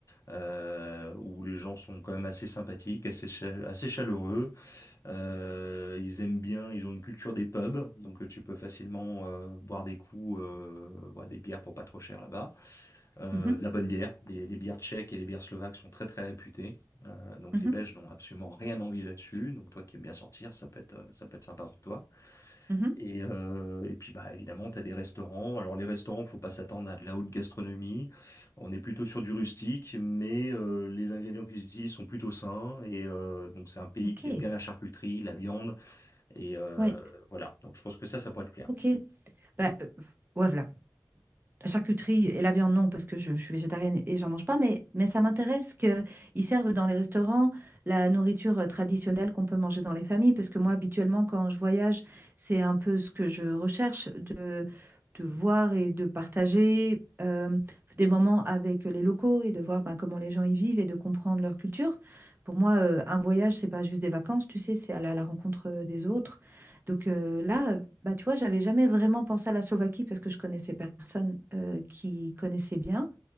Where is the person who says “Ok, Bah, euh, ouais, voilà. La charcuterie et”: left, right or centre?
Right